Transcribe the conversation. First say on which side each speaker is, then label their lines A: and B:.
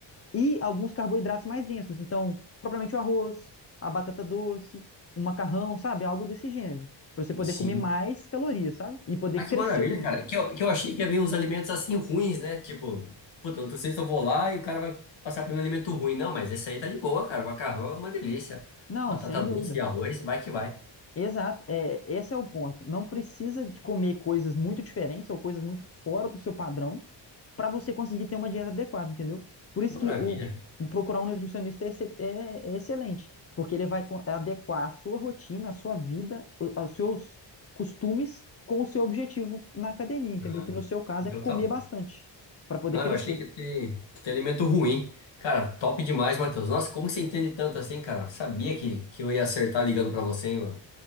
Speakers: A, on the left; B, on the left.
A: e alguns carboidratos mais densos. Então, propriamente o arroz, a batata doce, o macarrão, sabe? Algo desse gênero. Para você poder
B: sim.
A: comer mais calorias, sabe? E poder
B: Ah,
A: crescer
B: que maravilha,
A: os músculos.
B: cara. Que eu, que eu achei que ia vir uns alimentos assim ruins, né? Tipo, puta, eu não sei se eu vou lá e o cara vai passar por um alimento ruim. Não, mas esse aí tá de boa, cara. O macarrão é uma delícia.
A: Não,
B: Batata
A: sem
B: doce
A: dúvida.
B: e arroz, vai que vai.
A: Exato, é, esse é o ponto. Não precisa de comer coisas muito diferentes ou coisas muito fora do seu padrão para você conseguir ter uma dieta adequada, entendeu? Por isso
B: Que maravilha.
A: que o, o procurar um nutricionista é, excep- é- é excelente, porque ele vai co- adequar a sua rotina, a sua vida, o- aos seus costumes com o seu objetivo na academia, entendeu?
B: Ah,
A: Que no seu caso
B: então
A: é comer
B: tá bom.
A: bastante para poder
B: Não,
A: crescer.
B: eu achei que ia ter, que ter alimento ruim. Cara, top demais, Matheus. Nossa, como que você entende tanto assim, cara? Sabia que, que eu ia acertar ligando pra você, hein, mano?